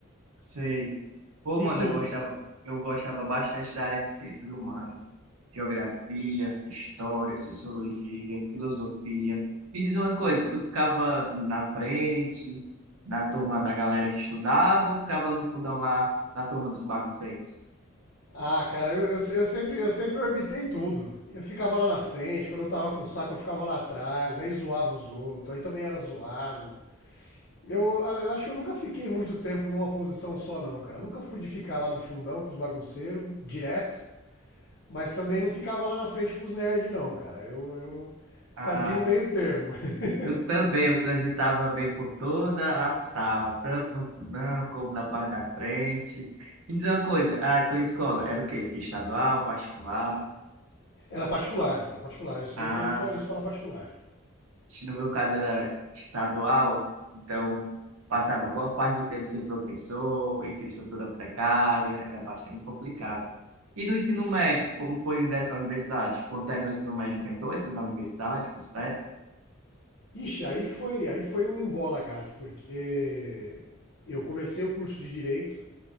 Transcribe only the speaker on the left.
E tu?
Ah, cara, eu, eu, eu sempre, eu sempre orbitei tudo. Eu ficava lá na frente, quando eu tava com saco, eu ficava lá atrás, aí zoava os outros, aí também era zoado. Eu, eu acho que eu nunca fiquei muito tempo numa posição só, não, cara. Eu nunca fui de ficar lá no fundão com os bagunceiros, direto. Mas também não ficava lá na frente com os nerds, não, cara. Eu, eu fazia
um meio termo. <laughs>
Era particular, era particular. Eu estudei
sempre em escola- particular.
Ixi, aí foi, aí foi um embola gato, porque eu comecei o curso de direito,